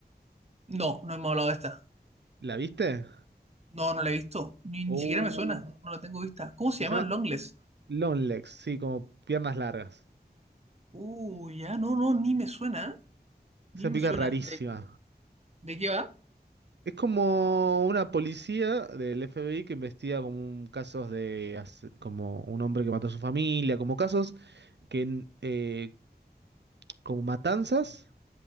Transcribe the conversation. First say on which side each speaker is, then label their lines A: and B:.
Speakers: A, on the right; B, on the right.
A: No, no hemos hablado de esta.
B: ¿La viste?
A: No, no la he visto. Ni, ni
B: Uh,
A: siquiera me suena. No la tengo vista. ¿Cómo se
B: Se
A: llama?
B: llama
A: Longless.
B: Long legs, sí, como piernas largas.
A: Uh, ya, no, no, ni me suena. ¿eh? Ni
B: Esa
A: me
B: pica
A: suena.
B: rarísima.
A: ¿De, de qué va?
B: Es como una policía del FBI que investiga como un- casos de as- como un hombre que mató a su familia, como casos que n- eh, como matanzas